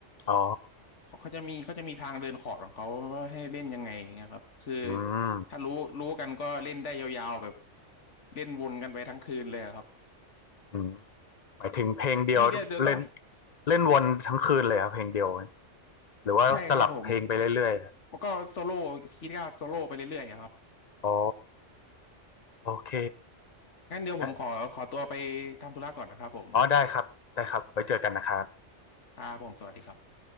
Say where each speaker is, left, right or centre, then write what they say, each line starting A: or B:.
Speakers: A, on the left; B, on the left.
A: อ๋อ
B: เขาเขาจะมีเขาจะมีทางเดินขอร์ดของเขาว่าให้เล่นยังไงอย่างเงี้ยครับคือ
A: อืม
B: ถ้ารู้รู้กันก็เล่นได้ยาวๆแบบเล่นวนกันไปทั้งคืนเลยอะครับ
A: อืมหมายถึงเพลงเดียวเล่น
B: นี่เดี๋ยวเดี๋ยวต้อง
A: เล่นวนทั้งคืนเลยครับเพลงเดียวหรือว่าสลับเพลงไปเรื่อยๆอะ
B: ใช่ครับผมแล้วก็โซโล่คีตก้ารโซโล่ไปเรื่อยๆอะครับ
A: อ๋อโอเค
B: งั้นเดี๋ยวผมขอขอตัวไปทำธุระก่อนนะครับผม
A: เอออ๋อได้ครับได้ครับไว้เจอกันนะครับ
B: ครับผมสวัสดีครับ